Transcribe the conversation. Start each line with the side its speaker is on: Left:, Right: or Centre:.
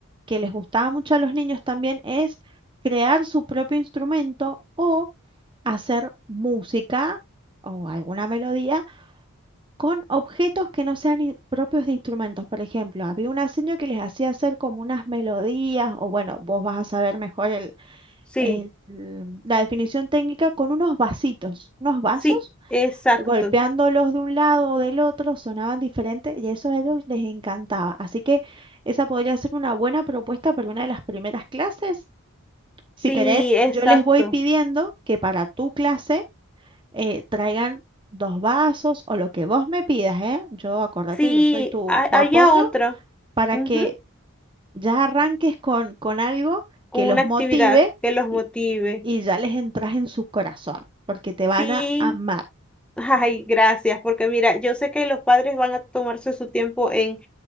Right: que les gustaba mucho a los niños también, es crear su propio instrumento o hacer música o alguna melodía con objetos que no sean in- propios de instrumentos. Por ejemplo, había un aseño que les hacía hacer como unas melodías, o bueno, vos vas a saber mejor el,
Centre: sí,
Right: el- la definición técnica, con unos vasitos, unos vasos
Centre: sí, exacto,
Right: golpeándolos de un lado o del otro, sonaban diferentes y eso a ellos les encantaba. Así que esa podría ser una buena propuesta para una de las primeras clases. Si
Centre: sí,
Right: querés,
Centre: exacto,
Right: yo les voy pidiendo que para tu clase eh, traigan dos vasos o lo que vos me pidas, ¿eh? Yo, acordate,
Centre: sí,
Right: yo soy tu,
Centre: ha-
Right: tu apoyo
Centre: haya otra,
Right: para
Centre: ujú,
Right: que ya arranques con, con algo
Centre: con
Right: que
Centre: una
Right: los
Centre: actividad
Right: motive
Centre: que los motive.
Right: y, y ya les entras en su corazón, porque te van
Centre: Sí,
Right: a amar.
Centre: Ay, gracias, porque mira, yo sé que los padres van a tomarse su tiempo en,